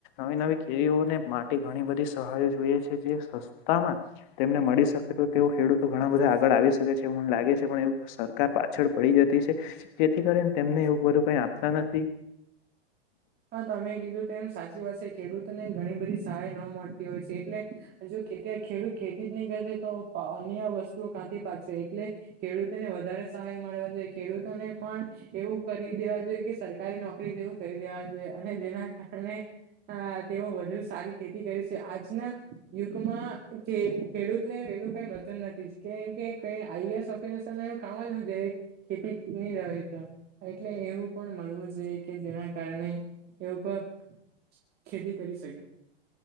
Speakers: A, on the left; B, on the right.
A: નવી નવી ખેડીઓને માટી ઘણી બધી સહાયજ છે જે સ્સ તા માં તેમને મળી શકે તો તેવ ખેડૂતો ઘણા બધા આગળ આવી શકે છે મને લાગે છે પણ એવ સરકાર પા છળ પડી જતી છે જેથી કરીને તેમને એવું બધું કઈ આપતા નથી
B: હા તમે કીધું તો એમ સાચી વાતસે ખેડૂતો ની ઘણી બધી સહાય ન મળતી હોય છે એટલે જો ખેડૂત ખેતીતને કરશે તો વસ્તુ કાંથી પાકશે એટલે ખેડૂતોને વધારે સહાય મળવા જોઈએ ખેડૂતોને પણ એવું કરી દેવા જોઈએ કે સરકારી નોકરી જેવું કરી દેવા જોઈએ અને જેના કારણે હા તેઓ વધુ સારી ખેતી કરી છે આજના યુગમાં ખેડૂતને એેલું કઈ મળતું નથી કેમ કે આઈ એસ ઓફિસર એવું કામ જ હુ છે ખેતી ની એટલે એવું પણ મળવું જોઈએ કે જેના કારણે એવું કોઈ ખેતી કરી શકે